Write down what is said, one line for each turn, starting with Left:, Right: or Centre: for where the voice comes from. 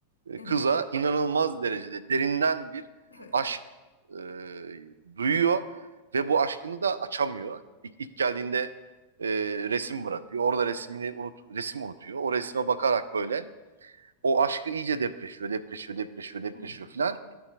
Right: Ee,
Left: evet,
Right: Kıza inanılmaz derecede derinden bir
Left: evet,
Right: aşk e, duyuyor ve bu aşkını da açamıyor. İlk, ilk geldiğinde e, resim bırakıyor. Orada resmini unut resim unutuyor. O resme bakarak böyle o aşkı iyice depreşiyor, depreşiyor, depreşiyor, depreşiyor
Left: evet.
Right: filan.